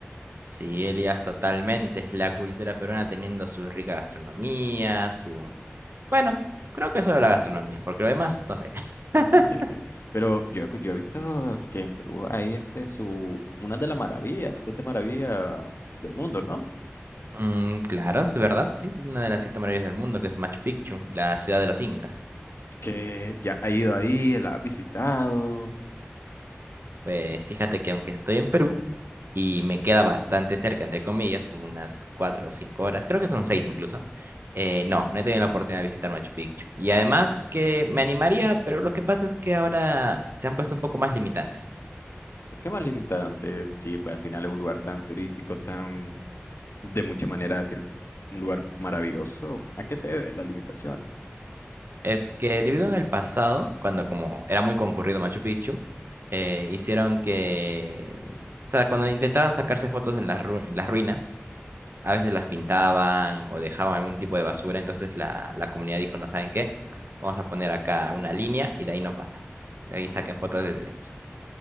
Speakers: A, on the right; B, on the left.
A: Sí, Elias, totalmente. Es la cultura peruana teniendo su rica gastronomía, su... Bueno, creo que eso de la gastronomía, porque lo demás, no sé. <laughs>
B: <laughs> Pero yo, he- yo he visto que en Perú hay este, su, una de las maravillas, las siete maravillas del mundo, ¿no?
A: Mm, claro, es verdad, sí. Una de las siete maravillas del mundo, que es Machu Picchu, la ciudad de los incas.
B: que ya ha ido ahí, la ha visitado.
A: Pues fíjate que aunque estoy en Perú, y me queda bastante cerca, entre comillas, como unas cuatro o cinco horas, creo que son seis incluso. Eh, no, no he tenido la oportunidad de visitar Machu Picchu. Y además que me animaría, pero lo que pasa es que ahora se han puesto un poco más limitantes.
B: ¿Qué más limitante? Sí, pues al final es un lugar tan turístico, tan de muchas maneras decir un lugar maravilloso. ¿A qué se debe las limitaciones?
A: Es que debido en el pasado, cuando como era muy concurrido Machu Picchu, eh, hicieron que, o sea, cuando intentaban sacarse fotos en las, ru- en las ruinas, a veces las pintaban o dejaban algún tipo de basura, entonces la, la comunidad dijo, no saben qué, vamos a poner acá una línea y de ahí no pasa. De ahí
B: Ujú.
A: saquen fotos desde lejos.